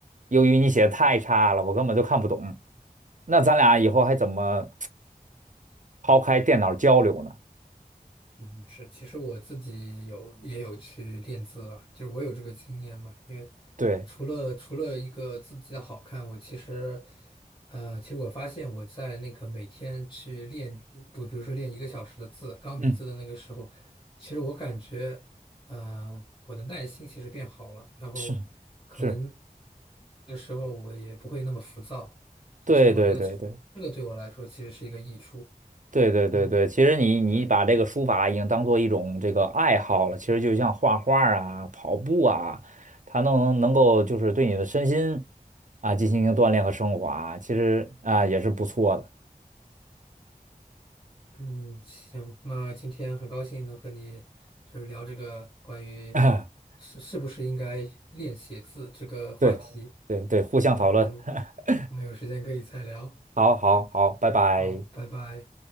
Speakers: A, on the right; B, on the left.
A: 由于你写的太差了，我根本就看不懂。那咱俩以后还怎么抛开电脑交流呢？
B: 嗯是，其实我自己有也有去练字吧，就是我有这个经验吧。因为
A: 对，
B: 除了除了一个字迹的好看，我其实，呃，其实我发现我在那个每天去练，不，比如说练一个小时的字，钢笔字的那个时候，
A: 嗯，
B: 其实我感觉，呃，我的耐心其实变好了，然后可能
A: 是是，
B: 那个时候我也不会那么浮躁。就其实我觉得这这个对我来说其实是一个益处。
A: 对对对对。对对对对，
B: 嗯，
A: 其实你你把这个书法已经当做一种这个爱好了，
B: 对，
A: 其实就像画画儿啊、跑步啊，它能能能够就是对你的身心啊进行一个锻炼和升华，其实啊也是不错的。
B: 嗯，行，那今天很高兴能和你就是聊这个关于
A: <laughs>
B: 是是不是应该练写字这个话题。
A: 对对对，互相讨论。
B: 那我们
A: <laughs>
B: 我们有时间可以再聊。
A: 好好好，拜拜。
B: 好，拜拜。